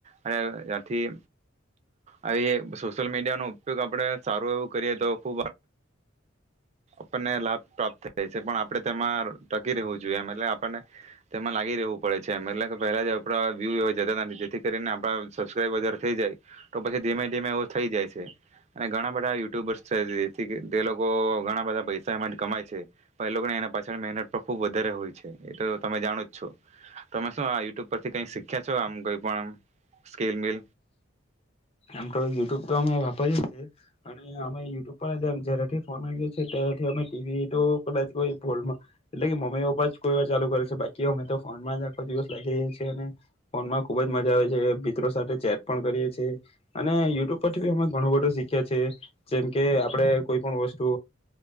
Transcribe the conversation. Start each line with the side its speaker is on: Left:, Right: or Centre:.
Right: અને ત્યાથી આવી સોશિયલ મીડિયાનો ઉપયોગ આપણે સારું એવું કરીએ તો ખૂબ આપણને લાભ પ્રાપ્ત થાય છે પણ આપણે તેમાં ટકી રહેવું જોઈએ એમ એટલે આપણને તેમાં લાગી રહેવું પડે છે એમ એટલે પહેલા જે આપડ વ્યુ એવા જતા હતા જેથી કરીને આપ સબસ્ક્રાઈબારે થઈ જાય તો પછી ધીમે ધીમે થઈ જાય છે અને ઘણા બધા યુટ્યુબર્સ છે જેથી તે લોકો ઘણા બધા પૈસા એમાંથી કમાય છે પણ એ લોકોને એના પાછળ મહેનત ખુબ વધારે હોય છે એ તો તમે જાણો જ છો તમે શું આ યુટ્યુબ પરથી કઈ શીખ્યા છો આમ કઈ પણ સ્કેલ મિલ
Left: આમ તો યુટ્યુબ તો અમે ભ અને અમે યુટ્યુબ પર જથી ફોન આવીએ છીએ તથી અમે ટીવી તો કદાચ એટલે કે મમ્મીપ કોઈ વાર ચાલુ કરે છે બાકી અમે તો ફોનમાં આખો દિવસ લાગી રહ્યા છે અને ફોન માં ખુબ જ મજા આવે છે. સાથે ચેટ પણ કરીએ છીએ અને યુટ્યુબ પરથીી અમે ઘણું બધું શીખીએીએ જેમ કે આપડે કોઈ પણ વસ્તુ